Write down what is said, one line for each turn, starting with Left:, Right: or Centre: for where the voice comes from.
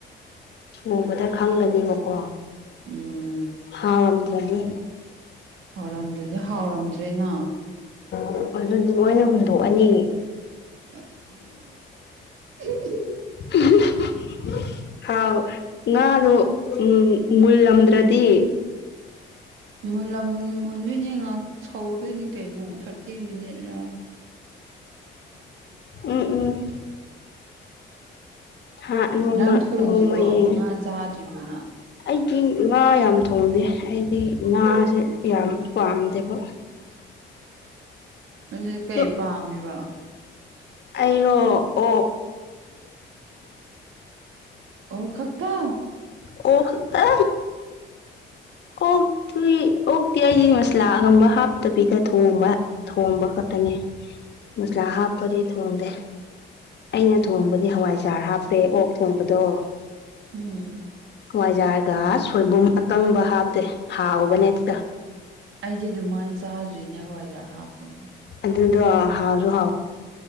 Left: ꯅꯣꯡꯕꯗ ꯈꯪꯒꯅꯦꯕꯀꯣ
Right: ꯎꯝ
Left: ꯍꯥꯎ ꯑꯣꯝꯗꯔꯥꯗꯤ
Right: ꯍꯥꯎꯔꯝꯗ꯭ꯔꯗꯤ ꯍꯥꯎꯔꯝꯗ꯭ꯔꯦꯅ
Left: ꯎ ꯑꯗꯨꯗꯤ ꯂꯣꯏꯅ ꯍꯨꯟꯗꯣꯛꯑꯅꯤ
Right: ꯑ
Left: <unintelligible> ꯍꯥꯎ ꯉꯥꯗꯣ ꯎꯝ ꯃꯨꯜꯂꯝꯗ꯭ꯔꯗꯤ
Right: ꯃꯨꯜꯂꯝ ꯃꯨꯟꯗꯣꯏꯅꯤ ꯉꯥꯏꯍꯥꯛ ꯁꯧꯗꯣꯏꯅꯤ ꯀꯩꯅꯣ ꯊꯥꯔꯇꯤ ꯃꯤꯅꯤꯠꯔꯥ
Left: ꯎꯝ ꯎꯝ ꯍꯥꯥ ꯅꯣꯡꯃ
Right: ꯅꯪ ꯊꯣꯡꯗ꯭ꯔꯤꯕꯣ
Left: ꯅꯣꯡꯃ ꯌꯦ
Right: ꯉꯥ ꯆꯥꯗ꯭ꯔꯤꯕꯣ ꯅꯪ
Left: ꯑꯩꯗꯤ ꯉꯥ ꯌꯥꯝ ꯊꯣꯡꯗꯦ ꯑꯩꯗꯤ ꯉꯥꯁꯦ ꯌꯥꯝ ꯄꯥꯝꯗꯦꯀꯣ
Right: ꯗꯨꯗꯤ ꯀꯩ
Left: ꯑꯗꯣ
Right: ꯄꯥꯝꯃꯤꯕ
Left: ꯑꯩꯔꯣ ꯑꯣꯛ
Right: ꯑꯣꯛ ꯈꯛꯇ
Left: ꯑꯣ ꯈꯛꯇ ꯑꯣꯛꯇꯨ ꯑꯣꯛꯇꯤ ꯑꯩꯗꯤ ꯃꯁꯂꯥꯒꯨꯝꯕ ꯍꯥꯞꯇꯕꯤꯗ ꯊꯣꯡꯕ ꯊꯣꯡꯕ ꯈꯛꯇꯅꯤ ꯃꯁꯂꯥ ꯍꯥꯞꯄꯗꯤ ꯊꯣꯡꯗꯦ ꯑꯩꯅ ꯊꯣꯡꯕꯗꯤ ꯍꯋꯥꯏꯖꯥꯔ ꯍꯥꯞꯄꯦ ꯑꯣꯛ ꯊꯣꯡꯕꯗꯣ
Right: ꯎꯝ
Left: ꯋꯥꯏꯖꯥꯔꯒ ꯁꯣꯏꯕꯨꯝ ꯑꯀꯪꯕ ꯍꯥꯞꯇꯦ ꯍꯥꯎꯕꯅꯦ ꯑꯗꯨꯗ
Right: ꯑꯩꯗꯤ ꯑꯗꯨꯃꯥꯏꯅ ꯆꯥꯗ꯭ꯔꯤꯅꯦ ꯍꯋꯥꯏꯖꯥꯛ ꯍꯥꯞꯄꯒ
Left: ꯑꯗꯨꯗꯣ ꯍꯥꯔꯁꯨ ꯍꯥꯎ